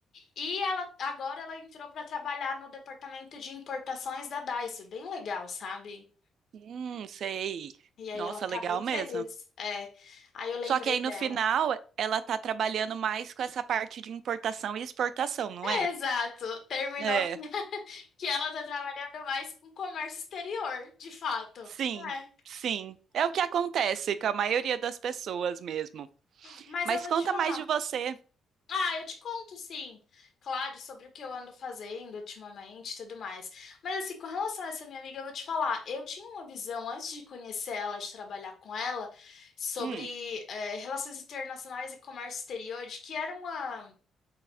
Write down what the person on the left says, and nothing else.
e ela agora ela entrou para trabalhar no departamento de importações da Daiso. Bem legal, sabe?
E aí
ela tá
bem
feliz. É. Aí eu lembrei
dela.
É,
exato. Terminou
que, <laughs> que ela tá trabalhando mais com comércio exterior, de fato.
É.
Mas
eu vou
te falar.
Ah, eu te conto, sim. Claro, sobre o que eu ando fazendo ultimamente e tudo mais. Mas, assim, com relação a essa minha amiga, eu vou te falar. Eu tinha uma visão, antes de conhecer ela, de trabalhar com ela, sobre
eh, relações internacionais e comércio exterior, de que era uma